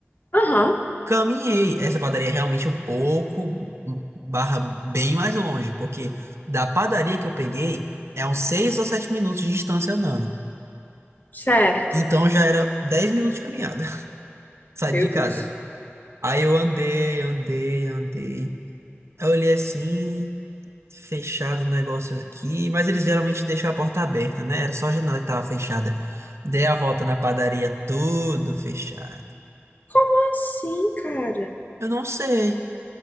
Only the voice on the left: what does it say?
Aham,
certo.
Meu
Deus.
Como assim, cara?